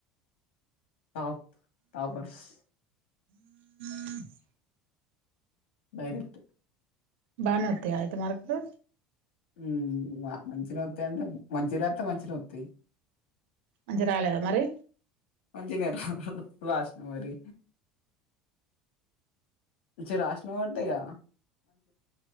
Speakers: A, on the left (about 80°); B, on the right (about 80°).
A: టాప్ టాపర్స్
B: ఉ
A: డైరెక్ట్
B: బానే వత్తయ అయితే మార్కులు
A: హ్మ్ మంచిగానే వతాయి అంటే మంచిగా రాస్తే మంచిగానే వస్తాయ్
B: మంచిగ రాలే మరి
A: మంచి గనే రాసిన మరి మంచిగ రాసినవటగా